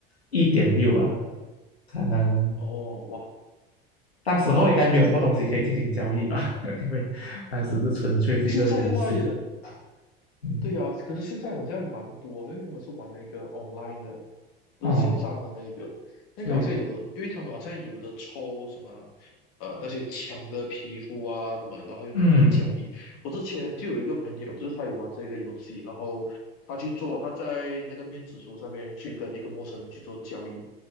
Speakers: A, on the left; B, on the left.
A: 一点六啊，可能
B: 哦哇，
A: 当时候应该没有什么东西可以进行交易吧，<laughs> 因为当时就纯粹是一个游戏。
B: 现在的话也
A: 嗯，
B: 对呀，可是现在好像蛮多，因为他们是玩了一个 online 的，
A: 哦，
B: 就是线上的那一个，那个好像有，
A: 对，
B: 因为他们好像有的抽什么，呃，那些枪的皮肤啊什么，然后又拿来做交易。
A: 嗯，
B: 我之前就有一个朋友，就是他有玩这个游戏，然后他去做，他在那个面子书上面去跟一个陌生人去做交易，